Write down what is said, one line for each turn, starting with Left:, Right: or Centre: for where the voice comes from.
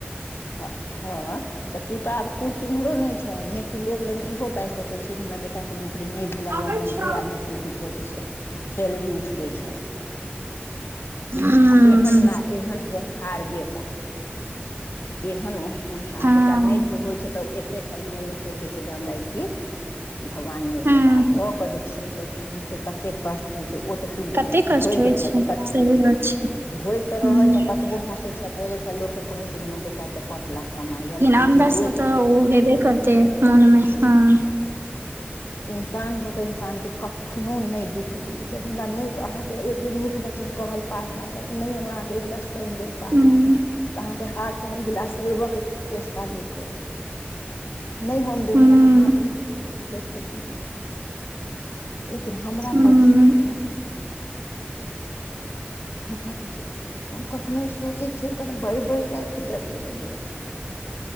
Left: हँ ह तऽ तूतऽ आब कु कीम्हरो नय छे ने नय तू लोक लग इहो बाईज सकै छी जे हमरा बेटा के नौकरी नय भेलैया
Right: आबै
Left: नय
Right: छौ
Left: अइ आओर नय तू की कहै छै से सैलरी उठबै छें
Right: हूँ
Left: आ एहन न एहन होनहार बेटा एहन होनहार
Right: हँ
Left: जकरा नय भी होइ छै तऽ एके ठाम मोन मे सोचै छै जे हमरा ई चीज भगवान नय
Right: हूँ
Left: देलआ दऽ कऽ जे छीन लै छथिन से कतेक कष्ट होइ छै ओ तऽ
Right: कते कष्ट
Left: भोएग
Right: होइ
Left: रह
Right: छै
Left: ज <unintelligible> कर
Right: सही बात छै
Left: भोईग त रहल
Right: हूँ
Left: छे कतबो हँसे छे बोजे छे लोक के कहे छे हमर बेटा त पाँच लाख कमाइया लेकिन
Right: अन्दर
Left: जे होईत
Right: से तऽ ओ हेबे करतै मन मे हं
Left: ईन्सान भ क ईनसान के कखनो नय दुःख दियए यदि हमरा ने अहाँ के एक बेर नीक वचन कहल पार लागत नय हमरा अहाँ के एक गिलास पनि देल पार
Right: हूँ
Left: लागत त अहाँ के हाथ सँ हम गिलास लेबऽ के चेष्टा नय करब नय हम देलौं
Right: हूँ
Left: हेँ त अहाँ अपने धरि क पी लिय लेकिन हमरा
Right: हूँ
Left: बड दुख देलक ई बड दुःख देलक कखनो सोचे छियै ने तहन बरि बेरि रायत जागले रहि जाइ छी